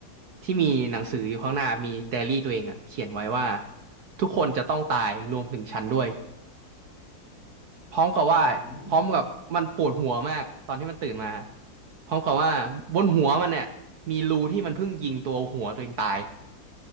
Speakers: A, on the right (about 60°); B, on the left (about 45°).
A: ที่มีหนังสืออยู่ข้างหน้ามีไดอารี่ตัวเองอะเขียนไว้ว่า
B: อืม
A: ทุกคนจะต้องตายรวมถึงฉันด้วย พร้อมกับว่าพร้อมกับมันปวดหัวมากตอนที่มันตื่นมา
B: อืม
A: พร้อมกับว่าบนหัวมันเนี่ยมีรูที่มันเพิ่งยิงตัวหัวตัวเองตาย